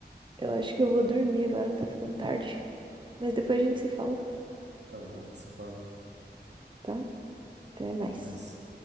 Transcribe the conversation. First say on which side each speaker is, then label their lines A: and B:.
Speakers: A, on the right; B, on the right.
A: eu acho que eu vou dormir agora, tá ficando tarde. Mas depois a gente se fala,
B: Tá bom, a gente se fala.
A: tá? Até mais.
B: Até mais.